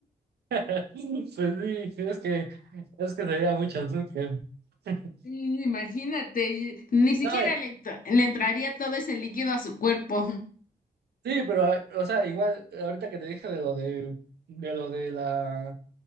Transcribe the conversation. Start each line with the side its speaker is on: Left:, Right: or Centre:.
Right: <laughs> Pues sí, es que, es que sería mucho azúcar. <laughs>
Left: Y Imagínate, ni siquiera
Right: No, y-
Left: le, entra- le entraría todo ese líquido a su cuerpo.
Right: sí, pero, o sea, igual, ahorita que te dije de lo de, de lo de la